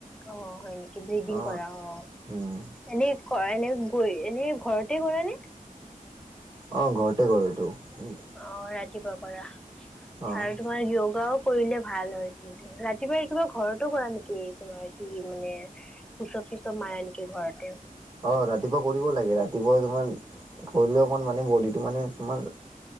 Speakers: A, in the centre; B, on the right (about 30°).
A: অঁ হয় নেকি? ব্ৰিডিং
B: অ'
A: কৰা অঁ। <unintelligible>
B: উম,
A: এনেই কৰা <unintelligible> এনেই গৈ, এনেই ঘৰতে কৰা নে?
B: অঁ! ঘৰতে কৰোঁ এইটো। <unintelligible>
A: অঁ ৰাতিপুৱা কৰা
B: অ'
A: আৰু তোমাৰ য়োগাও <unintelligible> কৰিলে ভাল হয় কিন্তু। ৰাতিপুৱাই-ৰাতিপুৱাই ঘৰতো কৰা নেকি তোমাৰ? <unintelligible> কি মানে পোচাপ চোচাপ মাৰে এনেকে ঘৰতে।
B: অ ৰাতিপুৱা কৰিব লাগে ৰাতিপুৱা তোমাৰ কৰিলে অকমান মানে বডিটো মানে তোমাৰ